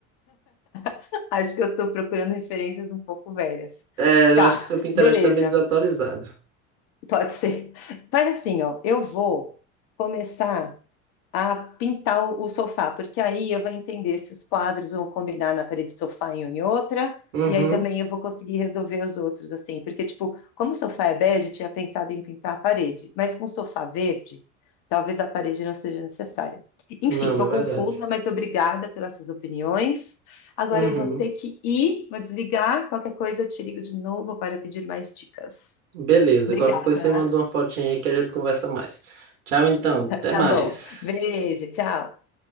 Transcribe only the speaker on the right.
É, eu
acho que seu Pinterest
tá meio desatualizado.
Uhum.
Não,
é verdade.
Uhum.
Beleza.
Qualquer coisa você manda uma fotinha aí que a gente conversa mais. Tchau, então. Até
mais.